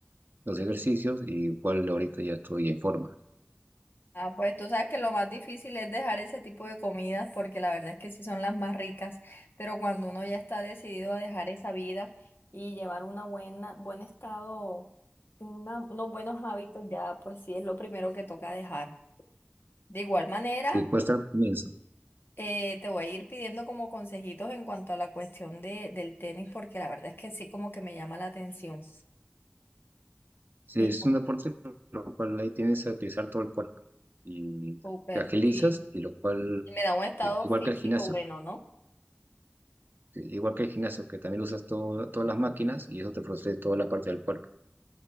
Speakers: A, on the right; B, on the left.
A: los ejercicios y igual ahorita ya estoy en forma.
B: Ah, pues tú sabes que lo más difícil es dejar ese tipo de comidas porque la verdad es que sí son las más ricas, pero cuando uno ya está decidido a dejar esa vida y llevar una buena, buen estado, una- unos buenos hábitos, ya pues sí es lo primero que toca dejar. De igual manera.
A: Sí, cuesta al comienzo.
B: Eh, te voy a ir pidiendo como consejitos en cuanto a la cuestión de, del tenis, porque la verdad es que sí como que me llama la atención.
A: Sí,
B: Y
A: es
B: pues,
A: un deporte lo cual ahí tienes que utilizar todo el cuerpo y
B: súper,
A: te agilizas
B: sí.
A: y lo cual,
B: Y me da un estado
A: eh, igual
B: físico
A: que el gimnasio,
B: bueno, ¿no?
A: sí, igual que el gimnasio que también usas todo, todas las máquinas y eso te procede toda la parte del cuerpo.